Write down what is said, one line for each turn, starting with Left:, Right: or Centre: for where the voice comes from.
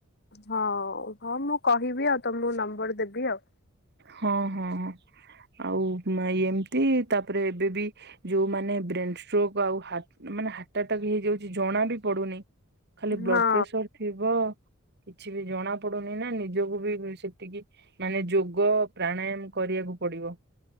Left: ହଁ ହଁ। ମୁଁ କହିବି ଆଉ ତମକୁ ନମ୍ବର ଦେବି ଆଉ।
Right: ହଁ ହଁ, ହଁ। ଆଉ ଏମିତି, ତାପରେ ଏବେ ବି ଯୋଉ ମାନେ ବ୍ରେନ ଷ୍ଟ୍ରକ୍ ଆଉ ହା ମାନେ ହାଟଆଟାକ ହେଇଯାଉଛି ଜଣା ବି ପଡୁନି। ଖାଲି ବ୍ଲଡ଼
Left: ହଁ
Right: ପ୍ରେସର ଥିବ। କିଛି ବି ଜଣା ପଡୁନି ନା ନିଜକୁ ବି ସେତିକି ମାନେ ଯୋଗ ପ୍ରାଣାୟାମ କରିବାକୁ ପଡିବ।